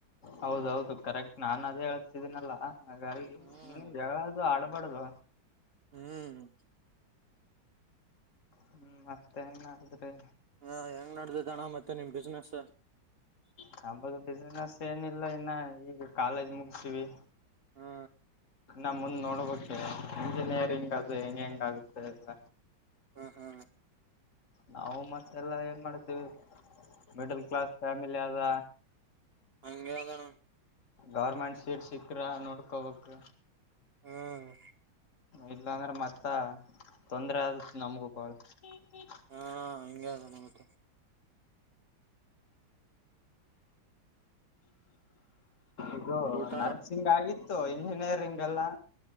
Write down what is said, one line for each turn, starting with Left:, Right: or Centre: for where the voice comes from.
Left: ಹೌದೌದು ಕರೆಕ್ಟ್ ನಾನ್ ಅದೇ ಹೇಳ್ತಿದ್ದೀನಲ್ಲಾ ಹಾಗಾಗಿ
Right: ಹ್ಮ್
Left: ಸುಮ್ನೆ ಜಗಳ ಅದು ಆಡಬಡದು
Right: ಹ್ಮ್
Left: ಹ್ಮ್ ಮತ್ತೆ ಹೆಂಗ ನಡುದ್ರಿ
Right: ಹಾ ಹೆಂಗ್ ನದಿತಾಯ್ತ್ ಅಣ್ಣ ಮತ್ತೆ ನಿಮ್ ಬಿಸ್ನೆಸ್
Left: ನಂಬದು ಬಿಸಿನೆಸ್ ಏನಿಲ್ಲ ಇನ್ನ ಈಗ ಕಾಲೇಜ್ ಮುಗಸೀವಿ
Right: ಹಾ
Left: ನಾ ಮುಂದ್ ನೋಡ್ಬೇಕೆ ಇಂಜಿನಿಯರಿಂಗ್ ಅದು ಹೆಂಗ್ ಹೆಂಗ ಆಗುತ್ತೆ ಎಲ್ಲ
Right: ಹಾ ಹಾ
Left: ನಾವು ಮತ್ತೆ ಎಲ್ಲ ಏನ್ ಮಾಡ್ತೀವಿ ಮಿಡಲ್ ಕ್ಲಾಸ್ ಫ್ಯಾಮಿಲಿ ಆದ
Right: ಅಂಗೆ ಅದಾಣ
Left: ಗೌರ್ಮೆಂಟ್ ಸೀಟ್ ಸಿಕ್ಕ್ರಾ ನೋಡ್ಕೋಬೇಕು
Right: ಹ್ಮ್
Left: ಇಲ್ಲಾಂದ್ರೆ ಮತ್ತ ತೊಂದ್ರೆ ಆದತ್ ನಮ್ಗು ಬಾಳ್ <inaudible> <inaudible>
Right: ಹಾ ಹಿಂಗೆ ಅದಣ ಮತ್ತೆ
Left: ಇದು
Right: ಊಟ
Left: ನರ್ಸಿಂಗ್ ಆಗಿತ್ತು ಇಂಜಿನಿಯರಿಂಗ್ ಎಲ್ಲಾ